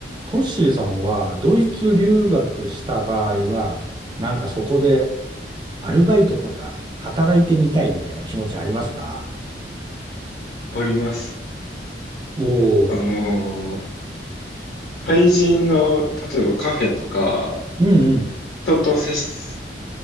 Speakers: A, on the right; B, on the left.
A: トッシーさんはドイツ留学した場合は、なんかそこでアルバイトとか働いてみたいみたいな気持ちありますか
B: あります。
A: お
B: あの
A: おー。
B: ー、対人の、例えばカフェとか、
A: うんうん。
B: 人と接す、